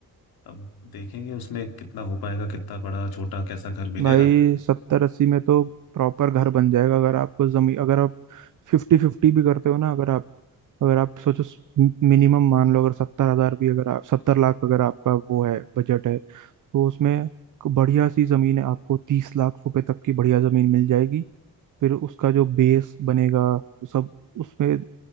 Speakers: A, on the left; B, on the right.
A: अब देखेंगे उसमें कितना हो पाएगा कितना बड़ा छोटा कैसा घर मिलेगा
B: भाई सत्तर अस्सी में तो प्रॉपर घर बन जाएगा अगर आपको जमीन अगर आप फिफ्टी फिफ्टी भी करते हो ना अगर अगर आप सोचो मिनिमम मान लो अगर सत्तर हजार भी अगर आप सत्तर लाख अगर आपका वो है बजट है तो उसमें एक बढ़िया सी जमीन है आपको तीस लाख रुपए तक की बढ़िया जमीन मिल जाएगी फिर उसका जो बेस बनेगा वो सब उसमें अ,